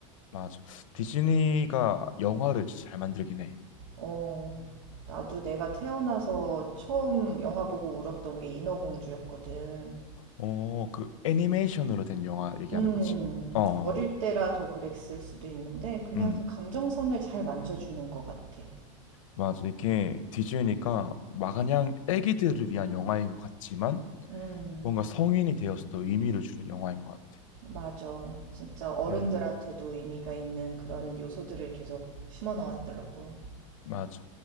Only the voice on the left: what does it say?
맞아. 디즈니가 영화를 진짜 잘 만들긴 해.
어, 그 애니메이션으로 된 영화 얘기하는
거지. 어, 어,
어.
음,
맞아. 이게 디즈니가 마냥 애기들을 위한 영화인 것 같지만
뭔가 성인이 되어서도 의미를 주는 영화인 것 같아.
음,
맞아.